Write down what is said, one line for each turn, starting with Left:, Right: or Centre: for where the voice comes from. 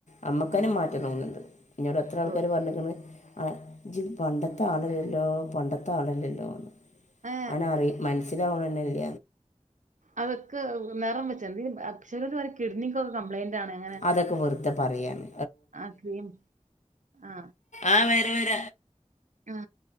Left: നമ്മക്കന്നെ
Right: ആ
Left: മാറ്റം തോന്ന്ണ്ട്. ഇന്നോട് എത്ര ആൾക്കാര്
Right: തു-
Left: പർഞ്ഞിക്ക്ണ് ഏ ഇജ് പണ്ടത്തെ ആളല്ലല്ലോ പണ്ടത്തെ ആളല്ലല്ലോന്ന്
Right: ഏ
Left: അങ്ങനെ പറിം. മൻസ്സിലാവ്ണെന്നല്ല.
Right: അവക്ക് നെറം വെച്ച <unintelligible> കിഡ്നിക്കൊക്കെ കംപ്ലൈന്റാണ് അങ്ങനെ
Left: അതൊക്കെ വെറുതെ പറയാണ്
Right: ആ ക്രീം. ആ
Left: ആഹ് വര വര.
Right: ആ